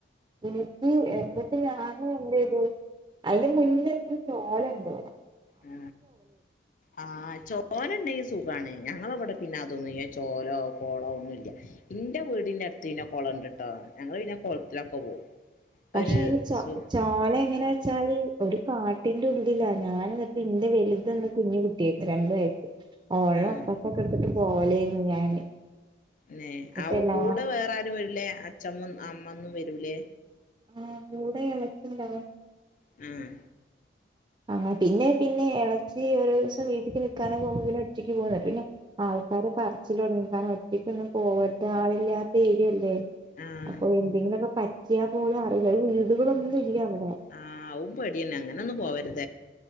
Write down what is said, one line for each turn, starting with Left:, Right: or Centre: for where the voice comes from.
Right: എനിക്ക് എന്നിട്ട് ഞാന് എന്ത ചെയത് അതിന് മുന്നേപ്പ ഒരു ചോലുണ്ട്
Left: ആ ആഹ ചോന <unintelligible> സുഖമാണ് ഞങ്ങളവിടെ പിന്നെ അതൊന്നും ചോലോ കോളോ ഒന്നുമ ഇല്ല എന്റെ വീടിന്റെ അടുത്ത് പിന്നെ കുളംണ്ട് ട്ടോ ഞങ്ങൾ പിന്നെ കുളത്തിലൊക്കെ പോവും
Right: പക്ഷെ
Left: ഒരു
Right: അയി ചോ
Left: സു
Right: ചോല എങ്ങനാ വെച്ചാല്. ഒരു കാട്ടിന്റെ ഉള്ളിലാ ഞാനിപ്പം ഇന്റെ വലുതന്ന് കുഞ്ഞ് കുട്ടിയാരുന്നു രണ്ടു വയസ്സ്. ഓളെ
Left: ആഹ്
Right: ഒക്കത്തൊക്കെ എടുത്തിട്ട് പോ പോലെന്ന് ഞാന്.
Left: നെ
Right: എന്നിട്ട്
Left: അവ
Right: എല്ലാ
Left: കൂടെ വേറെ ആരും വരില്ലേ? അച്ഛമ്മ അമ്മ ഒന്നും വരൂലേ?
Right: ആഹ്‌ കൂടെ ഇളച്ചി ഉണ്ടാവും.
Left: ഉം
Right: അ പിന്നെ പിന്നെ ഇളച്ചി ഒരു ദിവസം വീട്ടക്ക് നക്കാന് പോകുമ്പോ പിന്നെ ഒറ്റയ്ക്ക് പോകും എന്നിട്ട് പിന്നെ ആൾക്കാര് പറച്ചില് തുടങ്ങി കാരണം ഒറ്റക്ക് ഒന്നും പോകരുത് ആളില്ലാത്ത ഏരിയല്ലേ.
Left: ആഹ്
Right: അപ്പൊ എന്തെങ്കിലുമൊക്കെ പറ്റി യാ പോലും അറിയില്ല വീടുകളൊന്നും ഇല്ല അവിടെ
Left: ആഹ് അവു പേടി ന്നെ അങ്ങനെ ഒന്നും പോവാരുത്.